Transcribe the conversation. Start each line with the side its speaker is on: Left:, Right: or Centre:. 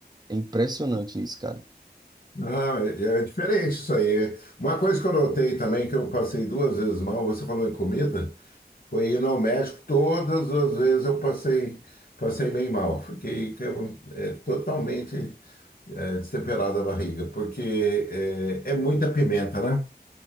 Right: É impressionante isso, cara.
Left: Ah, é é diferente isso aí. É, Uma coisa que eu notei também, que eu passei duas vezes mal, você falou em comida. Foi ir ao México, todas as vezes eu passei, passei meio mal. Fiquei que eu, é, totalmente é, destemperada a barriga, porque é, é muita pimenta, né?